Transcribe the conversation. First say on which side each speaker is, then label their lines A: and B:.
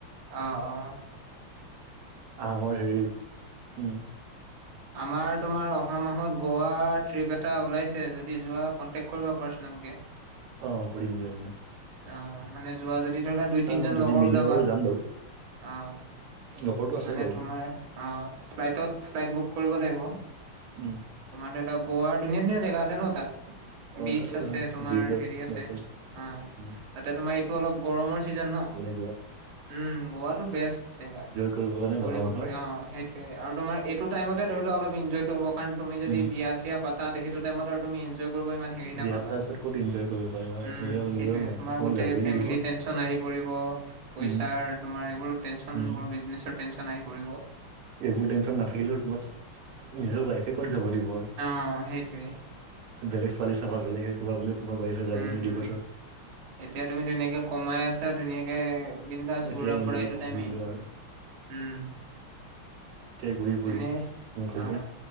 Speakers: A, on the right; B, on the right.
A: অঁ অঁ।
B: আহা মাহত হেৰি, উম।
A: আমাৰ, তোমাৰ অহা মাহত গোৱা ট্ৰিপ এটা ওলাইছে, যদি যোৱা কন্টেক্ট কৰিবা পাৰ্চনেলকে।
B: অ কৰিম দিয়া তেন্তে
A: অঁ, মানে যোৱা যদি ধৰি লোৱা দুই
B: চাই
A: তিনিজন
B: লওঁ যদি
A: লগৰ
B: মিলে
A: ওলাবা।
B: বাৰু যাম বাৰু
A: অঁহ,
B: লগৰটো আছে
A: মানে
B: বাৰু
A: তোমাৰ আঁহ। ফ্লাইটত, ফ্লাইট বুক কৰিব লাগিব।
B: উম।
A: তোমাৰ ধৰ লোৱা গোৱাৰ ধুনীয়া ধুনীয়া জেগা আছে ন তাত।
B: অ
A: বিছ
B: তাতো
A: আছে, তোমাৰ
B: ব্ৰিজত
A: হেৰি আছে।
B: যাব পাৰি
A: অঁ,
B: উম
A: তাতে তোমাৰ এইটো অলপ গৰমৰ ছিজন ন।
B: ইয়াত
A: উম, গোৱাটো বেষ্ট জেগা
B: কৰিবৰ কাৰণে
A: ঘূৰিব
B: ল'ৰা মানুহৰ
A: ফুৰিব। অঁ, সেই টোৱে আৰু তোমাৰ এইটো টাইমতে ধৰি লোৱা অলপ ইনজয়তো হ'ব। কাৰণ, তুমি যদি
B: উম
A: বিয়া চিয়া পাতা, সেইটো টাইমত আৰু তুমি ইনজয় কৰিব ইমান হেৰি নাপাবা।
B: বিয়া পতাৰ পিছত ক'ত ইনজয় কৰিব পাৰিবা আৰু
A: উম,
B: তুমি আৰু
A: সেইটোয়ে।
B: নিজৰ মাইকীয়ে
A: তোমাৰ
B: তোমাক
A: গোটেই
B: যাবই
A: ফেমিলি
B: নিদিব
A: টেন চন আহি পৰিব। পইচাৰ,
B: উম
A: তোমাৰ এইবোৰ টেনচনবোৰ,
B: উম
A: বিজনেছৰ টেনচন আহি পৰিব।
B: এইবোৰ টেনচন নাথাকিলেও তোমাক নিজৰ ৱাইফে ক'ত যাব দিব আৰু।
A: অঁ, সেইটোৱে।
B: বেলেগ ছোৱালী চাবা, বেলেগে হেৰী কৰিবা বুলি তোমাক ৱাইফে যাবই
A: উম
B: নিদিব।
A: উম এতিয়া তুমি ধুনীয়াকৈ কমাই আছা, ধুনীয়াকে বিন্দাচ
B: এতিয়াই
A: ঘূৰা
B: এনজয়
A: ফুৰা এইটো
B: কৰি
A: টাইমে।
B: লোৱা আৰু
A: উম।
B: এতিয়াই ঘূৰি ফুৰি
A: এনে
B: কৰি
A: অ
B: লওঁ,